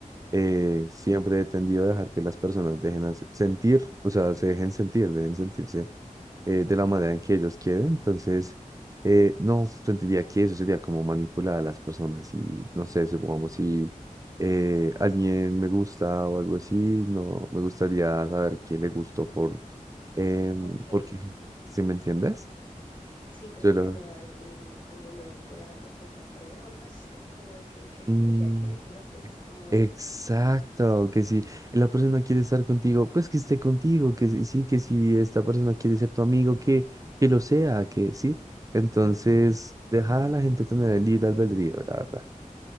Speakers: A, on the right (about 25°); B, on the left (about 35°).
A: Eh,
B: Ujú.
A: siempre he tendido a dejar que las personas dejen hacer- sentir, o sea, se dejen sentir, dejen sentirse eh, de la manera en que ellos quieren. Entonces, eh, no, sentiría que eso sería como manipular a las personas y no sé, supongamos si eh, alguien me gusta o algo así, no, me gustaría saber qué le gustó por, em,
B: Ok,
A: porque, ¿sí me entiendes?
B: sí, como
A: Yo
B: para
A: lo...
B: no, eh, como no tener la respuesta previa o algo así, como de que, que
A: mm,
B: fluya, que dejen las cosas como...
A: Exacto, que si la persona quiere estar contigo, pues que esté contigo, que si- sí, que si esta persona quiere ser tu amigo, que, que lo sea, que sí. Entonces,
B: Ujú,
A: deja a la gente tener el libre albedrío, la verdad.